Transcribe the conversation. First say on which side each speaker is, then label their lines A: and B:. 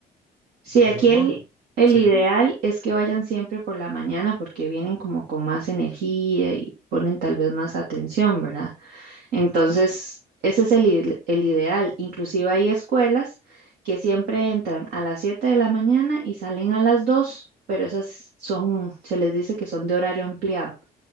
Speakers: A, on the right; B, on the right.
A: Sí, aquí
B: Pero no,
A: el, el
B: sí,
A: ideal es que vayan siempre por la mañana porque vienen como con más energía y ponen tal vez más atención, ¿verdad? Entonces, ese es el, ide- el ideal. Inclusive hay escuelas que siempre entran a las 7 de la mañana y salen a las 2, pero esas son, se les dice que son de horario ampliado.